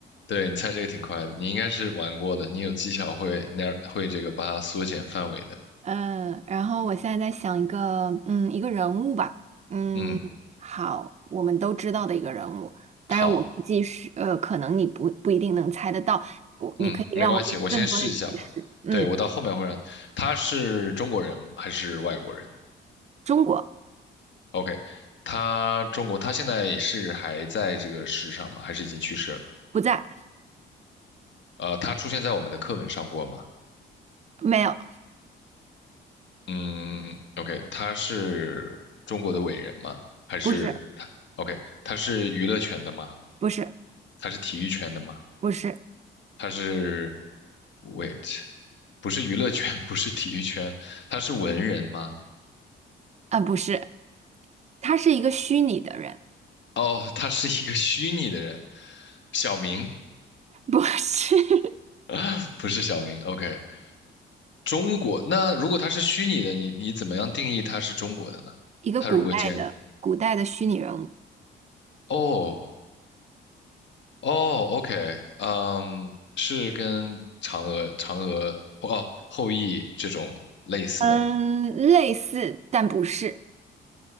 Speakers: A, on the left; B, on the right.
A: 对，你猜这个挺快的，你应该是玩过的，你有技巧会那会这个把它缩减范围的，
B: 嗯，然后我现在在想一个，嗯，一个人物吧，嗯，
A: 嗯，
B: 好，我们都知道的一个人物，当然我估计是，
A: 好，
B: 呃，可能你不不一定能猜得到，我你可以让我给你更多的提示，
A: 嗯，没关系，我先试一下吧，
B: 嗯，
A: 对，我到后面会让，他是中国人还是外国人
B: 中国
A: ？OK，他中国，他现在是还在这个世上吗？还是已经去世了？
B: 不在，
A: 呃，他出现在我们的课本上过吗？
B: 没有，
A: 嗯，OK，他是中国的伟人吗？还是他？OK，
B: 不是，
A: 他是娱乐圈的吗？
B: 不是，
A: 他是体育圈的吗？
B: 不是，
A: 他是，wait，不是娱乐圈，<laughs> 不是体育圈，他是文人吗？
B: 啊，不是，他是一个虚拟的人，
A: 哦，他是一个虚拟的人，小明，
B: 不是 <laughs>
A: <laughs> 不是小明。OK，中国，那如果他是虚拟的，你你怎么样定义他是中国的呢？
B: 一个古代的古代的虚拟人物，
A: 他如果既然哦。哦，OK，嗯，是跟嫦娥、嫦娥哦后羿这种类似的吗
B: 嗯，类似但不是。